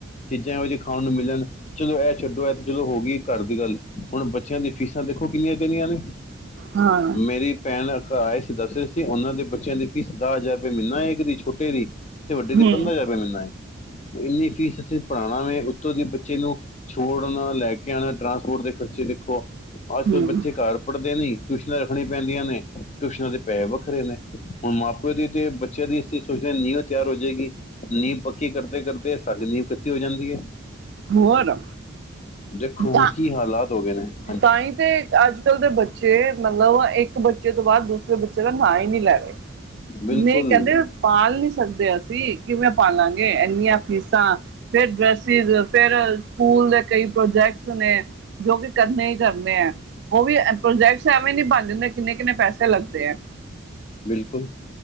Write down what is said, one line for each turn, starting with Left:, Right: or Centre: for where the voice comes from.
Left: ਚੀਜ਼ਾਂ ਇਹੋਜੀ ਖਾਣ ਨੂੰ ਮਿਲਣ ਚਲੋ ਇਹ ਛੱਡੋ, ਇਹ ਤਾਂ ਚਲੋ ਹੋ ਗਈ ਘਰ ਦੀ ਗੱਲ, ਹੁਣ ਬੱਚਿਆਂ ਦੀ ਫੀਸਾਂ ਦੇਖੋ ਕਿੰਨੀਆਂ-ਕਿੰਨੀਆਂ ਨੇ
Right: ਹਾਂ
Left: ਮੇਰੀ ਭੈਣ ਘਰ ਆਏ ਸੀ ਦੱਸ ਰਹੇ ਸੀ, ਉਹਨਾਂ ਦੇ ਬੱਚਿਆਂ ਦੀ ਫੀਸ ਦਾਹ ਹਜ਼ਾਰ ਰੁਪਏ ਮਹੀਨਾ ਏ, ਇੱਕ ਦੀ ਛੋਟੇ ਦੀ। ਤੇ ਵੱਡੇ
Right: ਹਮ
Left: ਤੇ ਪੰਦਰਾਂ ਹਜ਼ਾਰ ਰੁਪੈ ਮਹੀਨਾ ਏ ਤੇ ਇੰਨੀ ਫੀਸ ਅਸੀ ਪੜ੍ਹਉਣਾ ਵੇ ਉੱਤੋਂ ਦੀ ਬੱਚੇ ਨੂੰ ਛੋੜਨਾ, ਲੈ ਕੇ ਆਉਣਾ ਟਰਾਂਸਪੋਰਟ ਦੇ ਖਰਚੇ ਦੇਖੋ। ਅੱਜ-ਕਲ
Right: ਹਮ
Left: ਬੱਚੇ ਘਰ ਪੜ੍ਹਦੇ ਨਹੀ ਟਿਊਸ਼ਨਾਂ ਰੱਖਣੀ ਪੈਂਦੀਆਂ ਨੇ, ਟਿਊਸ਼ਨਾਂ ਤੇ ਪੈਹੇ ਵੱਖਰੇ ਨੇ ਹੁਣ ਮਾਂ ਪਿਓ ਦੀ ਤੇ ਬੱਚਿਆਂ ਦੀ ਅਸੀਂ ਸੋਚਦੇ ਹਾਂ ਨੀਅਤ ਤਿਆਰ ਹੋਜੇਗੀ ਨੀਂਹ ਪੱਕੀ ਕਰਦੇ -ਕਰਦੇ ਸਾਡੀ ਨੀਂਵ ਕੱਚੀ ਹੋ ਜਾਂਦੀ ਐ।
Right: ਹੋਰ
Left: ਦੇਖੋ
Right: ਤਾਂ
Left: ਕੀ ਹਾਲਾਤ ਹੋ ਗਏ ਨੇ। ਹਾਂਜੀ
Right: ਤਾਂ ਹੀ ਤੇ ਅੱਜ ਕੱਲ੍ਹ ਦੇ ਬੱਚੇ ਮਤਲਬ ਇੱਕ ਬੱ ਬੱਚੇ ਤੋਂ ਬਾਅਦ ਦੂਸਰੇ ਬੱਚੇ ਦਾ ਨਾਂ ਹੀ ਨਹੀ ਲੈਰੇ
Left: ਬਿਲਕੁਲ
Right: ਨੀ ਕਹਿੰਦੇ ਪਾਲ ਨੀ ਸਕਦੇ ਅਸੀਂ। ਜੀ ਕਿਵੇਂ ਪਾਾਲਾਂਗੇ ਐਨੀਆ ਫੀਸਾਂ ਫੇਰ ਡਰੈਸਿਸ, ਫੇਰ ਸਕੂਲ ਦੇ ਕਈ ਪ੍ਰੋਜੈਕਟਸ ਨੇ ਜੋ ਕਿ ਕਰਨੇ ਹੀ ਕਰਨੇ ਐ, ਉਹ ਵੀ ਪ੍ਰੋਜੈਕਟਸ ਐਵੇਂ ਨਹੀਂ ਬਣ ਜਾਂਦੇ ਕਿੰਨੇ- ਕਿੰਨੇ ਪੈਸੇ ਲੱਗਦੇ ਐ।
Left: ਬਿਲਕੁਲ